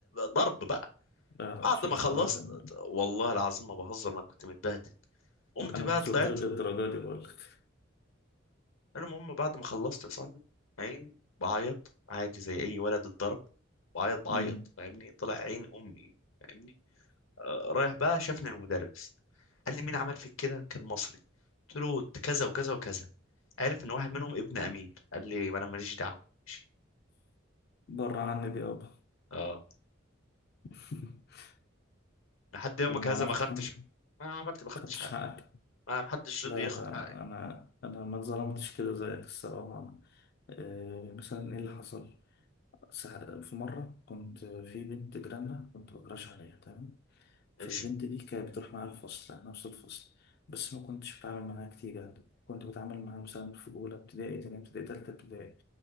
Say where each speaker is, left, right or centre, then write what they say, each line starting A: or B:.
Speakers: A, on the left; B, on the left.
A: ضرب بقى
B: لا لا
A: بعد
B: مش
A: ما
B: الدرجات
A: خلصت
B: انا
A: والله العظيم ما بهزر انا كنت متبهدل قمت
B: أنا
A: بقى
B: كنت
A: طلعت
B: قلت لك الدرجات دي بقول لك
A: المهم بعد ما خلصت يا صاحبي عين بعيط عادي زي اي ولد اتضرب بعيط بعيط
B: مم.
A: فاهمني طلع عين امي فاهمني آه، رايح بقى شافني المدرس قال لي مين عمل فيك كده كان مصري قلت له ده كذا وكذا وكذا عارف ان واحد منهم ابن امير قال لي ما انا ماليش دعوه ماشي
B: بره عني دي يابا
A: اه
B: <laughs>
A: لحد يومك
B: وعملت
A: هذا ما خدتش
B: حمل
A: ما عملت ما خدتش
B: خدتش
A: حقي
B: حقك
A: ما ما حدش
B: لا
A: رضي ياخد
B: لا
A: حقي
B: انا انا ما اتظلمتش كده زيك الصراحه آه، مثلا ايه اللي حصل ساعة- في مره كنت في بنت جيراننا كنت بكراش عليها تمام فالبنت
A: ايش
B: دي كانت بتروح معايا الفصل يعني نفس الفصل بس ما كنتش بتعامل معاها كتير يعني كنت بتعامل معاها مثلا في اولى ابتدائي تانية ابتدائي تالتة ابتدائي